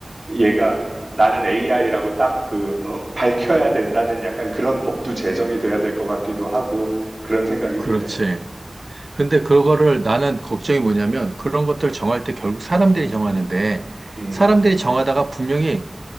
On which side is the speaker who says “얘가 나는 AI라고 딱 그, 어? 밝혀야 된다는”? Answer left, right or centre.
Right